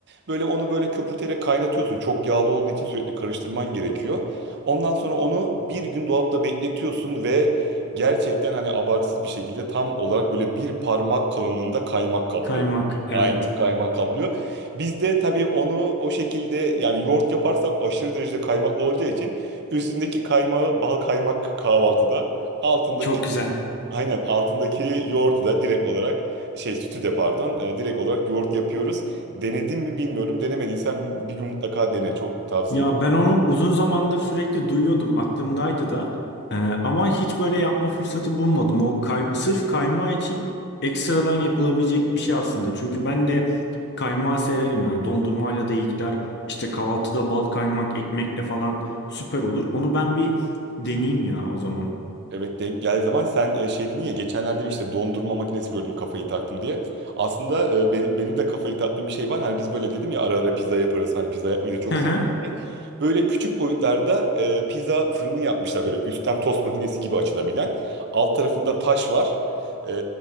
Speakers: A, on the right (about 50°); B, on the left (about 50°).
A: Böyle onu böyle köpürterek kaynatıyorsun. Çok yağlı olduğu için sürekli karıştırman gerekiyor. Ondan sonra onu bir gün dolapta bekletiyorsun ve gerçekten hani abartısız bir şekilde tam olarak böyle bir parmak kalınlığında kaymak kaplıyor.
B: Kaymak evet.
A: Aynen kaymak kaplıyor. Biz de tabii onu o şekilde yani yoğurt yaparsak aşırı derecede kaymaklı olacağı için üstündeki kaymağı bal kaymak kahvaltıda altındaki
B: Çok güzel.
A: aynen altındaki yoğurdu da direkt olarak şey sütü de pardon e, direkt olarak yoğurt yapıyoruz. Denedim mi bilmiyorum denemediysen bir gün mutlaka dene çok tavsiye
B: Ya
A: ederim.
B: ben onu uzun zamandır sürekli duyuyordum, aklımdaydı da. Ee, ama hiç böyle yapma fırsatı bulmadım. O kay- sırf kaymağı için ekstradan yapılabilecek bir şey aslında. Çünkü ben de kaymağı severim yani. Dondurmayla da iyi gider. İşte kahvaltıda bal kaymak ekmekle falan süper olur. Onu ben bir deneyeyim ya o zaman.
A: Evet denk geldiği zaman sen e, şey dedin ya geçenlerde bir işte dondurma makinesi gördüm kafayı taktım diye. Aslında e, benim, benim de kafayı taktığım bir şey var. Hani biz böyle dedim ya ara ara pizza yaparız. Hani pizza yapmayı da çok
B: Hı
A: seviyorum
B: hı.
A: diye. Böyle küçük boyutlarda e, pizza fırını yapmışlar böyle üstten tost makinesi gibi açılabilen. Alt tarafında taş var. E,